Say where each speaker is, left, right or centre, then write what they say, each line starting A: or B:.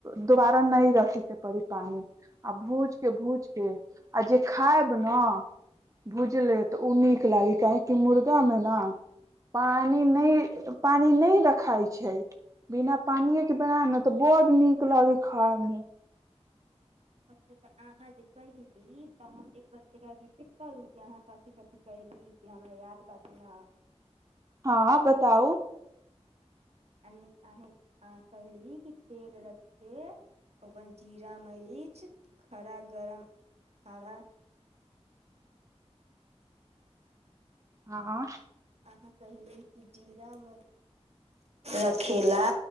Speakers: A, on the right; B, on the right.
A: दुबारा न रखे के परी पानी आ भूज के भूज के आ जे खायब ने भूजले ते उ नीक लागे काहेकि मुर्गामे ने पानि नहि पानि नहि रखाइ छै बिना पानिएके बना ने तऽ बड्ड नीक लगै खायमे
B: <inaudible> अहाँ जे कहि दी त हम एक बच्चे रिपीट करू के अहाँ क कथी कहैली जे हमरा याद बथि ने
A: हँ बताउ
B: अ कहहिल की तेल रचे ओगन जीरा मरीच किुछ खराा गरम खराा
A: आँ
B: अहाँ कहली कि जीरा म रखेला